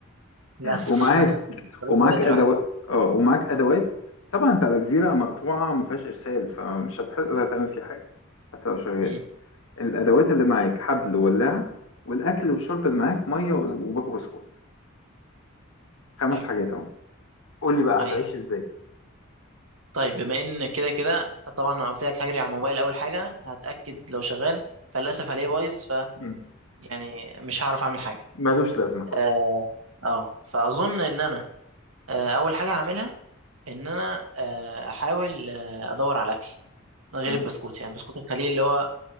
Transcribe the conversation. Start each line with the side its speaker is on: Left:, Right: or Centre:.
Right: للاسف
Left: ومعاك
Right: <laughs> طريق
Left: ومعاك
Right: النجاة
Left: ادوات
Right: الوحيد
Left: اه ومعاك ادوات طبعا انت على جزيره مقطوعه ما فيهاش ارسال فمش هتقدر تعمل فيه حاجه حتى لو شغال
Right: مم.
Left: الادوات اللي معاك حبل وولاعه والاكل والشرب اللي معاك ميه وباكو بسكوت خمس
Right: حلو
Left: حاجات اهو قول لي بقى
Right: ايوه
Left: هتعيش ازاي
Right: طيب بما ان كده كده طبعا انا قلت لك هجري على الموبايل اول حاجه هتاكد لو شغال فللاسف هلاقيه بايظ ف
Left: مم.
Right: يعني مش هعرف اعمل حاجه
Left: ملوش لازمه خالص
Right: اه آه. فاظن ان انا آه، اول حاجه هعملها ان انا آه، احاول آه، ادور على اكل غير
Left: مم.
Right: البسكوت يعني بسكوت الخليل اللي هو